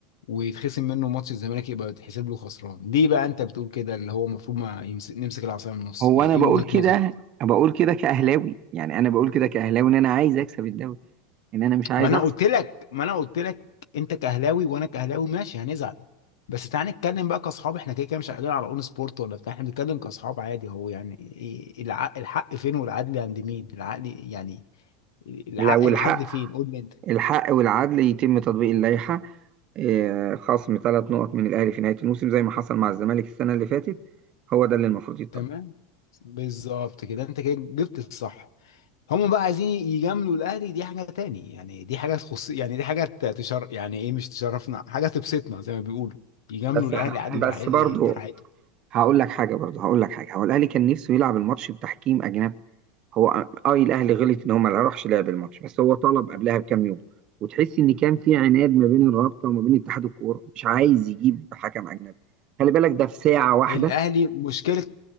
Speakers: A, on the left (about 85°); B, on the right (about 40°).
A: ويتخصم منه ماتش الزمالك يبقى يتحسب له خسران ليه بقى انت بتقول كده اللي هو المفروض ما يمسك نمسك العصا من النص
B: هو
A: يعني
B: انا
A: ايه
B: بقول
A: وجهة
B: كده
A: نظرك
B: بقول كده كأهلاوي يعني انا بقول كده كأهلاوي ان انا عايز اكسب الدوري ان انا مش عايز
A: ما انا
B: اخسر
A: قلت لك ما انا قلت لك انت كاهلاوي وانا كاهلاوي ماشي هنزعل بس تعالى نتكلم بقى كاصحاب احنا كده كده مش قاعدين على اون سبورت ولا بتاع احنا بنتكلم كاصحاب عادي هو يعني إيه الع- الحق فين والعدل عند مين العقل يعني العقل
B: لو الحق
A: العدل فين قول لي انت
B: الحق والعدل يتم تطبيق اللائحة آه، خصم ثلاث نقط من الأهلي في نهاية الموسم زي ما حصل مع الزمالك السنة اللي فاتت هو ده اللي المفروض يتطبق
A: تمام بالظبط كده انت كده جبت الصح هم بقى عايزين يجاملوا الاهلي دي حاجه تاني يعني دي حاجه تخص يعني دي حاجه تشر يعني ايه مش تشرفنا حاجه تبسطنا زي ما بيقولوا يجاملوا
B: بس
A: الاهلي
B: ح...
A: عادي
B: بس
A: براحت-
B: برضو
A: براحتهم
B: هقول لك حاجة برضو هقول لك حاجة هو الأهلي كان نفسه يلعب الماتش بتحكيم أجنبي هو اه الأهلي غلط إن هو ما راحش لعب الماتش بس هو طلب قبلها بكام يوم وتحس إن كان في عناد ما بين الرابطة وما بين اتحاد الكورة مش عايز يجيب حكم أجنبي خلي بالك ده في ساعة واحدة
A: الاهلي مشكله